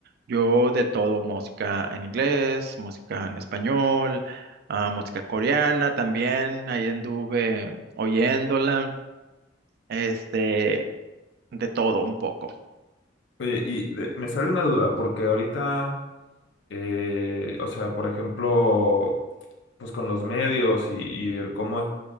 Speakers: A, on the right; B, on the left.
A: Yo de todo, música en inglés, música en español, ah, música coreana también, ahí anduve oyéndola, este, de todo un poco.
B: Oye, y de- me sale una duda, porque ahorita, eh, o sea, por ejemplo, pues con los medios y, y el cómo